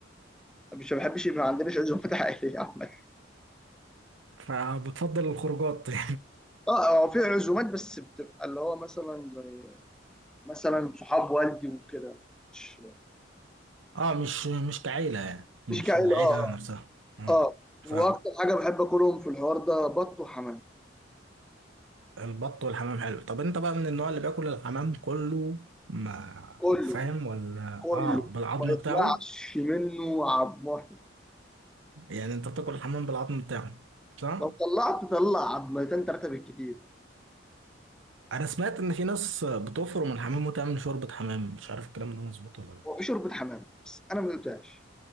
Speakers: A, in the centre; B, on the right.
A: مش ما بحبش يبقى ما عندناش عزومات <laughs> عائلية عامة
B: فبتفضل الخروجات <laughs>
A: اه هو في عزومات بس بتبقى اللي هو مثلا زي مثلا صحاب والدي وكده مش
B: اه مش مش كعيلة يعني مش
A: مش كعيلة
B: العيلة
A: اه
B: نفسها اه
A: اه اه واكتر
B: فاهم
A: حاجة بحب اكلهم في الحوار ده بط وحمام
B: البط والحمام حلو طب انت بقى من النوع اللي بياكل الحمام كله ما
A: كله
B: فاهم ولا
A: كله
B: اه بالعظم
A: ما يطلعش
B: بتاعه
A: منه عضمه
B: يعني انت بتاكل الحمام بالعظم بتاعه صح
A: لو طلعت طلع عضمتين ثلاثة بالكتير
B: انا سمعت ان في ناس بتفرم الحمام وتعمل شوربة حمام مش عارف الكلام ده مظبوط ولا لا
A: هو في شوربه حمام بس انا ما دقتهاش